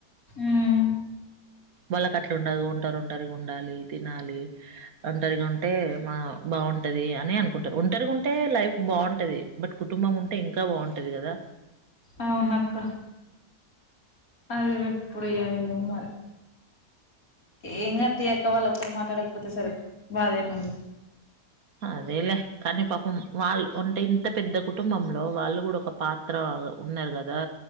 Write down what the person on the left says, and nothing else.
ఉమ్
అవునుక్క అదిప్పుడు ఏమో మరి ఏంగాదు తీయక వాళ్ళు ఒక్క మాట్లాడకపోతే సరే బాధే ముందు